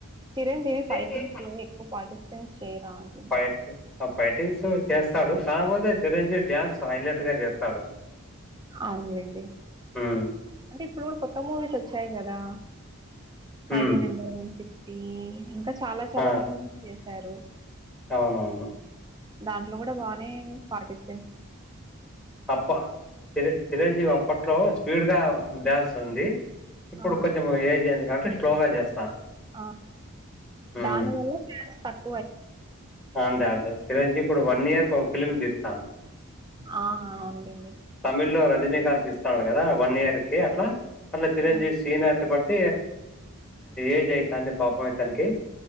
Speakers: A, on the right; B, in the centre.
A: చిరంజీవి ఫైటింగ్స్
B: వి
A: లో ఎక్కువ పార్టిసిపేట్స్ చేయరా అంటున్నా
B: ఫైటి ఆ ఫైటింగ్స్ చేస్తాడు కాకపోతే చిరంజీవి డ్యాన్స్ హైలైట్ గా చేస్తాడు
A: అనలేండి
B: ఉమ్
A: అంటే ఇప్పుడు కూడా కొత్త మూవీస్ వచ్చాయి క కదా కయిదే
B: ఉమ్
A: నెంబర్ వన్ ఫిఫ్టీ ఇంకా చాలా చాలా
B: ఆ!
A: మూవీస్ చేస్తా సారు
B: అవునవును.
A: దాంట్లో కూడా బానే పార్టిస్
B: అప్పా త చిరెంజీవి అప్పట్లో స్పీడ్ గా బ్యాస్ ఉంది ఇప్పుడు
A: ఆ
B: కొంచెం ఏదియంది కాంటే స్లోగా చేస్తాం
A: ఆ
B: హ్మ్.
A: దాని వల్ల తక్
B: అంతే అదే తరంజీ కూడా వన్ ఇయర్ ఫిమ్ చేస్త
A: ఆ అవులేండి
B: తమిళ్‌లో రజనీకాంత్ ఇస్తున్నాడు కదా వన్ ఇయర్ కి అట్లా అలా చిరుంజీ
A: ఆ
B: సీనా బట్ ఏజయి కే పాపయి ఇతనికి